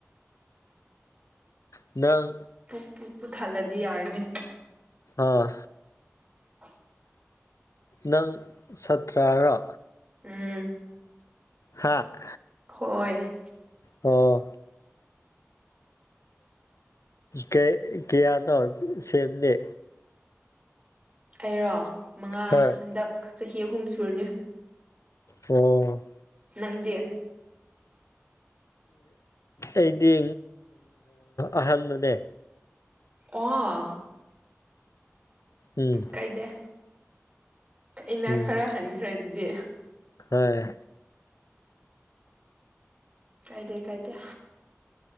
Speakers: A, on the left (about 80°); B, on the right (about 25°).
A: ꯅꯪ
B: ꯄꯨꯛ ꯄꯨ ꯄꯨꯊꯜꯂꯗꯤ ꯌꯥꯔꯅꯤ
A: ꯑꯥ
B: <inaudible>
A: ꯅꯪ ꯁꯥꯠꯇ꯭ꯔꯥꯔꯣ
B: ꯎꯝ
A: ꯍꯥꯥꯛ
B: ꯍꯣꯏ
A: ꯑꯣ ꯀꯩ ꯀꯌꯥꯅꯣ ꯁꯦꯝꯗꯤ
B: ꯑꯩꯔꯣ ꯃꯉꯥ
A: ꯍꯣꯏ
B: ꯍꯟꯗꯛ ꯆꯍꯤ ꯑꯍꯨꯝ ꯁꯨꯔꯅꯤ
A: ꯑꯣ
B: ꯅꯪꯗꯤ
A: ꯑꯩꯗꯤ ꯑꯍꯥꯟꯕꯅꯦ
B: ꯑꯣ
A: ꯎꯝ
B: ꯀꯥꯏꯗ ꯑꯩꯅ
A: ꯎꯝ
B: ꯈꯔ ꯍꯟꯈ꯭ꯔꯦ ꯑꯗꯨꯗꯤ
A: ꯍꯣꯏ
B: ꯀꯥꯏꯗꯦ ꯀꯥꯏꯗꯦ